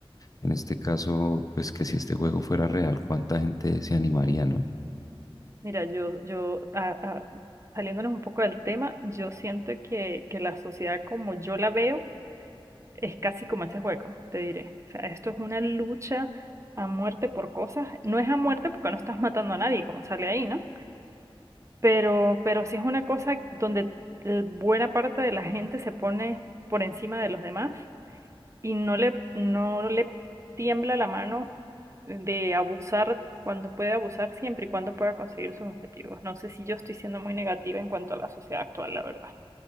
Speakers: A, on the left; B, on the right.
A: En este caso, pues que si este juego fuera real, ¿cuánta gente se animaría, no?
B: Mira, yo, yo, ah, ah, saliéndonos un poco del tema, yo siento que, que la sociedad como yo la veo es casi como ese juego, te diré. O sea, esto es una lucha a muerte por cosas. No es a muerte porque no estás matando a nadie, como sale ahí, ¿no? Pero, pero sí es una cosa donde eh, buena parte de la gente se pone por encima de los demás y no le, no le tiembla la mano de abusar cuando puede abusar, siempre y cuando pueda conseguir sus objetivos. No sé si yo estoy siendo muy negativa en cuanto a la sociedad actual, la verdad,